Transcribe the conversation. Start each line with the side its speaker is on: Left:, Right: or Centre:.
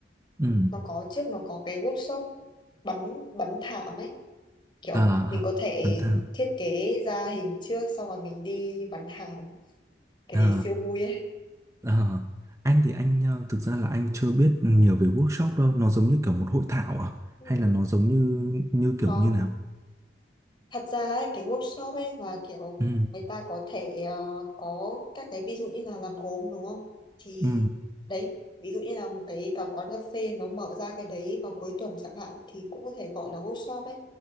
Right: ừ
Left: Nó có trước nó có cái workshop bắn bắn thảm ấy. kiểu
Right: ờ
Left: mình có thể
Right: bán thảo
Left: thiết kế ra hình trước xong rồi mình đi bán hàng cái
Right: ờ
Left: đấy siêu vui ấy
Right: ờ anh thì anh ờ, thực ra là anh chưa biết nhiều về workshop đâu nó giống như kiểu một hội thảo à
Left: ừ.
Right: hay là nó giống như như kiểu
Left: nó
Right: như nào
Left: thật ra ấy, cái workshop ấy là kiểu
Right: ừ
Left: người ta có thể ờ, có các cái ví dụ như là làm gốm đúng không thì
Right: ừ
Left: đấy ví dụ như là một cái cả quán cà phê nó mở ra cái đấy vào cuối tuần chẳng hạn thì cũng có thể gọi là workshop ấy